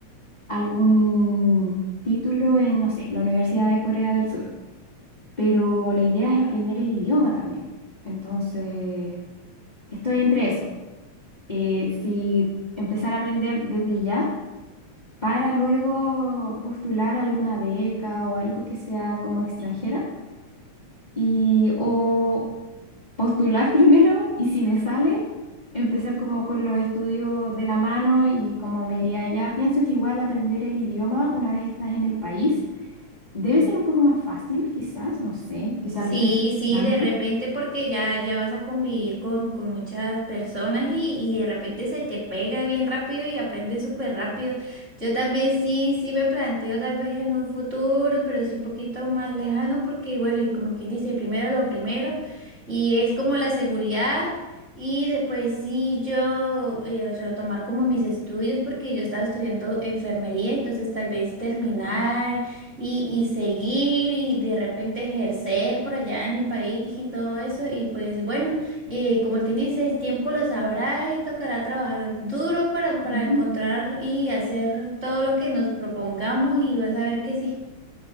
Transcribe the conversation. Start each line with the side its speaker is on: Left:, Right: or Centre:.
Left: algún título en, no sé, la Universidad de Corea del Sur, pero la idea es aprender el idioma también. Entonces, estoy entre eso. eh, si empezar a aprender desde ya para luego postular a alguna beca o algo que sea como extranjera y o postular <laughs> primero y si me sale empezar como con los estudios de la mano y como me iría allá. Pienso que igual aprender el idioma una vez estás en el país debe ser un poco más fácil, quizás, no sé, quizás
Right: Sí,
Left: lo estoy subestimando.
Right: sí, de repente porque ya, ya vas a convivir con, con muchas personas y, y de repente se te pega bien rápido y aprendes súper rápido. Yo también sí, sí me planteo tal vez en un futuro, pero sí un poquito más lejano porque, bueno, y como quien dice, primero lo primero y es como la seguridad y después sí yo eh, retomar como mis estudios porque yo estaba estudiando enfermería, entonces tal vez terminar y, y seguir y de repente ejercer por allá en mi país y todo eso. Y pues bueno, eh, como el que dice, el tiempo lo sabrá y tocará trabajar duro para, para
Left: Ujú.
Right: encontrar y hacer todo lo que nos propongamos y vas a ver que sí.